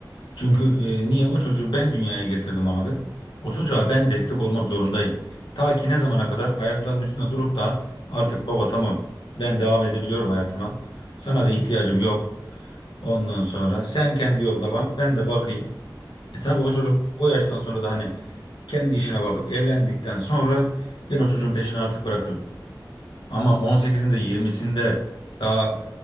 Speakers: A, on the left (about 85°); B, on the right (about 75°).
A: Çünkü
B: Hı hı.
A: e, niye o çocuğu ben dünyaya getirdim abi. O çocuğa ben destek olmak zorundayım. Ta ki ne zamana kadar ayaklarının üstünde durup da artık baba tamam ben devam edebiliyorum hayatıma. Sana da ihtiyacım yok. Ondan sonra sen kendi yoluna bak ben de bakayım. E tabii o çocuk o yaştan sonra da hani kendi işine bakıp evlendikten sonra ben o çocuğun peşini artık bırakırım. Ama
B: Kesinlikle.
A: 18'inde 20'sinde daha